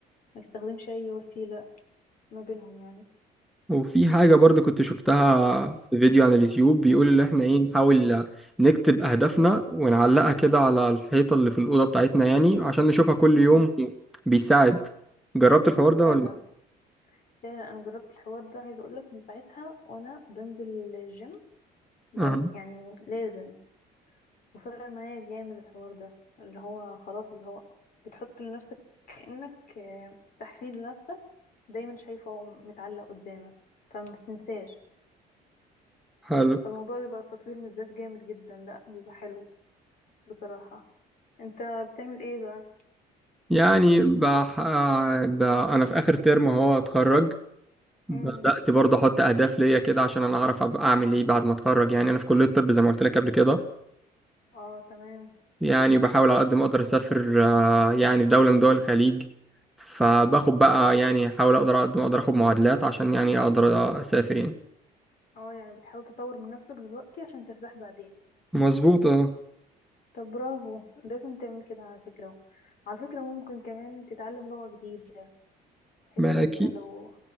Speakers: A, on the left (about 55°); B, in the centre.
A: ما يستخدمش أي وسيلة ما بينهم يعني
B: وفي حاجة برضه كنت شفتها في فيديو على اليوتيوب بيقول إن إحنا إيه نحاول نكتب أهدافنا ونعلقها كده على الحيطة اللي في الأوضة بتاعتنا يعني عشان نشوفها كل يوم
A: مم،
B: بيساعد جربت الحوار ده
A: فعلا
B: ولا؟
A: فعلا أنا جربت الحوار ده عايزة أقولك من ساعتها وأنا بنزل الجيم ما
B: أه
A: يعني لازم وفرق معايا جامد الحوار ده اللي هو خلاص اللي هو بتحط لنفسك كأنك آه، تحفيز لنفسك دايما شايفه متعلق قدامك فما بتنساش
B: حلو
A: فالموضوع بيبقى التطوير من الذات جامد جدا لا بيبقى حلو بصراحة انت بتعمل ايه بقى
B: يعني بح... ب... انا في اخر ترم اهو اتخرج
A: امم
B: بدأت برضه احط اهداف ليا كده عشان انا اعرف ابقى اعمل ايه بعد ما اتخرج يعني انا في كلية الطب زي ما قلت لك قبل كده
A: اه تمام
B: يعني بحاول على قد ما اقدر اسافر آه، يعني في دولة من دول الخليج فباخد بقى يعني احاول اقدر على قد ما اقدر اخد معادلات عشان يعني اقدر اسافر يعني
A: اه يعني بتحاول تطور من نفسك دلوقتي عشان ترتاح بعدين
B: مظبوط اه
A: طب برافو لازم تعمل كده على فكرة على فكرة ممكن كمان تتعلم لغة جديدة بحيث
B: ما
A: ان
B: اكيد
A: انت لو